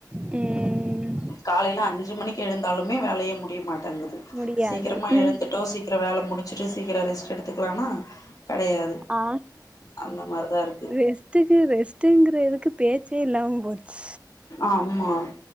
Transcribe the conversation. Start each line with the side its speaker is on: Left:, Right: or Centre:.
Right: ம்
Left: காலையில அஞ்சு மணிக்கு எழுந்தாலுமே வேலையே முடியமாட்டங்குது
Right: முடியாது
Left: சீக்கிரமா
Right: ம்
Left: எழுந்துட்டோ சீ சீக்கிர வேல முடிச்சுட்டு சீக்கிர ரெஸ்ட் எடுத்துக்கலானா கெடையாது
Right: ஆ
Left: அந்த மாரிதா இருக்கு
Right: ரெஸ்ட் டுக்கு ரெஸ்ட்டுங்கறதுக்கு பேச்சே இல்லாம போச்
Left: ஆமா